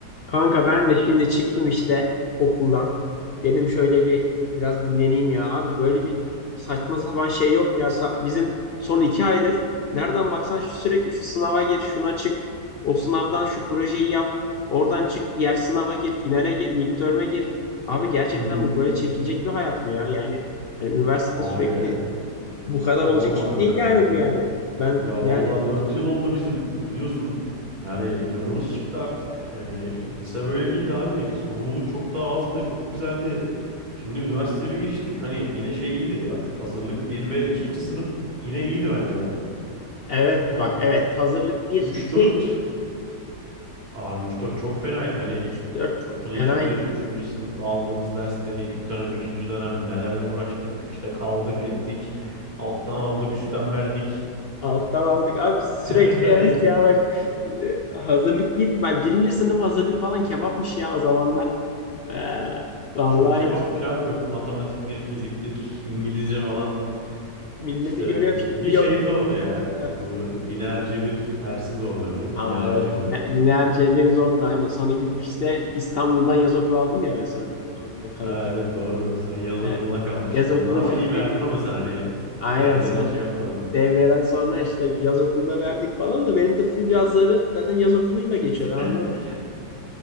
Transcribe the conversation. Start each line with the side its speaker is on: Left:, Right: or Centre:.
Left: Kanka ben de şimdi çıktım işte okuldan. Dedim şöyle bir biraz dinleneyim ya abi. Böyle bir saçma sapan şey yok ya. Sa- Bizim son iki aydır nereden baksan şu- sürekli şu sınava gir, şuna çık. O sınavdan şu projeyi yap. Oradan çık, diğer sınava gir, finale gir, midterm'e gir. Abi gerçekten
Right: Hı hı.
Left: bu böyle çekilecek bir hayat mı ya? Yani hani üniversitede
Right: Abi
Left: sürekli bu kadar
Right: sorma
Left: olacak iş
Right: kanka
Left: değil yani
Right: ya.
Left: bu yani. Ben
Right: Ya
Left: yani
Right: vallahi 4 yıl oldu bizim biliyorsun. Yani canımız çıktı artık. Yani lise böyle değildi abi. Sorumluluk çok daha azdı. Çok güzeldi. Şimdi üniversiteye bir geçtik. Hani yine şey iyiydi. Bak hazırlık bir ve ikinci sınıf yine iyiydi bence bak.
Left: evet
Right: Ama
Left: bak evet hazırlık 1,
Right: üç
Left: 2,
Right: dört, abi üç dört çok fenaydı. Yani
Left: 3, 4
Right: hatırla
Left: fenaydı.
Right: şimdi üçüncü sınıfta aldığımız dersleri ilk dönem ikinci dönem nelerle uğraştık. İşte kaldık ettik. Alttan aldık üstten verdik.
Left: Alttan aldık. Abi sürekli
Right: Yani
Left: evet ya bak e, hazırlık bir, ben birinci sınıf hazırlık falan kebapmış ya o zamanlar. Ee, vallahi
Right: çok kebapmış
Left: hiç
Right: abi yok matematik bir fizik bir İngilizce falan
Left: minneti
Right: işte
Left: görüyorum şimdi
Right: bir
Left: yok.
Right: şey zordu ya
Left: Heh.
Right: bu lineer cebir dersi zordu be
Left: Aa
Right: lineer algebra.
Left: evet lineer, lineer cebir zordu aynen. Sonra gidip işte İstanbul'dan yaz okulu aldım ya ben sonra hatta ondan kalıp.
Right: Aa, evet doğru sen yaz
Left: Evet.
Right: okuluna kalmıştın
Left: Yaz
Right: onunla
Left: okulu
Right: ama
Left: fix
Right: iyi verdin
Left: benim.
Right: onu sen hani
Left: Aynen
Right: devreleri
Left: son
Right: şey yapmadın.
Left: devreden sonra işte yaz okulunda verdik falan da benim de full yazları zaten yaz okuluyla geçiyor
Right: <laughs>
Left: ben anlamadım.